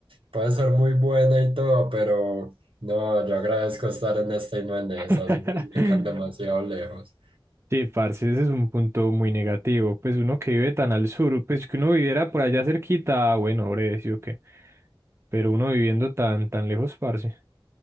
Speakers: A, on the right; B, on the right.
A: puede ser muy buena y todo, pero no, yo agradezco estar en esta y no en esas,
B: <laughs>
A: esas me quedan demasiado lejos.
B: Sí, parce, ese es un punto muy negativo. Pues uno que vive tan al sur, pues que uno viviera por allá cerquita, ah, bueno, breve, sí o qué. Pero uno viviendo tan, tan lejos, parce.